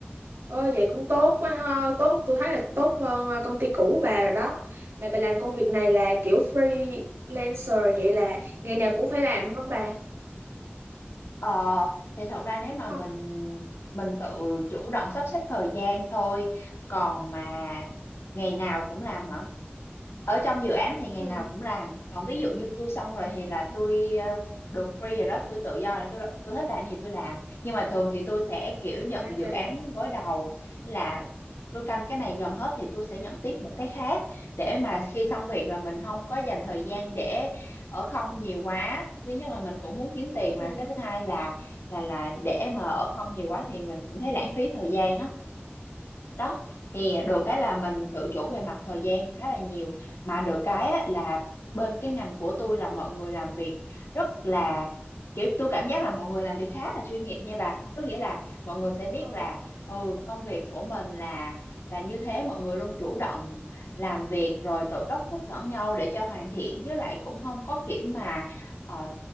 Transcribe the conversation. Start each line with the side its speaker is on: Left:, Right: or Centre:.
Right: Ôi, vậy cũng tốt quá ha tốt tôi thấy là tốt hơn ờ, công ty cũ của bà rồi đó mà bà làm công việc này là kiểu freelancer vậy là ngày nào cũng phải làm hả bà
Left: Ờ, thì thật ra nếu
Right: đúng
Left: mà
Right: không
Left: mình mình tự chủ động sắp xếp thời gian thôi còn mà ngày nào cũng làm hả ở trong dự án thì ngày
Right: ừ.
Left: nào cũng làm còn ví dụ như tôi xong rồi thì là tôi ờ, được free rồi đó tôi tự do rồi tôi tôi thích làm gì tôi làm nhưng mà thường thì tôi sẽ kiểu nhận
Right: À.
Left: dự án gối đầu là tôi canh cái này gần hết thì tôi sẽ nhận tiếp một cái khác để mà khi xong việc là mình không có dành thời gian để ở không nhiều quá thứ nhất là mình cũng muốn kiếm tiền
Right: ừ.
Left: mà cái thứ hai là là là để mà ở không nhiều quá thì mình cũng thấy lãng phí thời gian đó đó thì được cái là mình tự chủ về mặt thời gian khá là nhiều mà được cái á, là bên cái ngành của tôi là mọi người làm việc rất là kiểu tôi cảm giác là mọi người làm việc khá là chuyên nghiệp nha bà có nghĩa là mọi người sẽ biết
Right: Ừ.
Left: là ừ công việc của mình là là như thế mọi người luôn chủ động làm việc rồi tự đốc thúc lẫn nhau để cho hoàn thiện với lại cũng không có kiểu mà ờ,